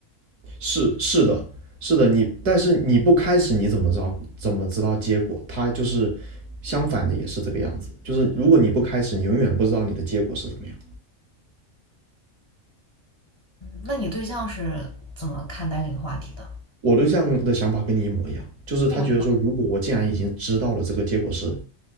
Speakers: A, on the right; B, on the left.
A: 是是的，是的，你但是你不开始你怎么知道怎么知道结果？他就是相反的，也是这个样子。就是如果你不开始，你永远不知道你的结果是怎么样。
B: 那你对象是怎么看待这个话题的？
A: 我对象的想法跟你一模一样，就是他觉得说，
B: 跟我一模一样。
A: 如果我既然已经知道了这个结果是